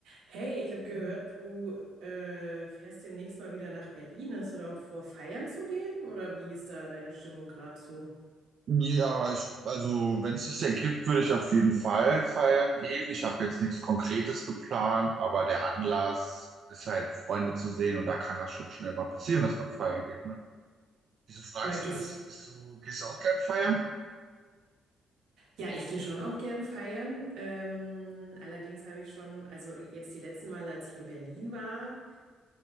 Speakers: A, on the right; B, on the right.
A: Hey, ich habe gehört, du äh, fährst demnächst mal wieder nach Berlin. Hast du da auch vor, feiern zu gehen? Oder wie ist da deine Stimmung gerade zu?
B: Ja, ich, also wenn es sich ergibt, würde ich auf jeden Fall feiern gehen. Ich habe jetzt nichts Konkretes geplant, aber der Anlass ist halt, Freunde zu sehen und da kann das schon schnell mal passieren, dass man feiern geht, ne? Wieso fragst
A: Aber gehst.
B: du, bist, bist du, gehst du auch gern feiern?
A: Ja, ich gehe schon auch gern feiern. Ähm, allerdings habe ich schon, also jetzt die letzten Male, als ich in Berlin war,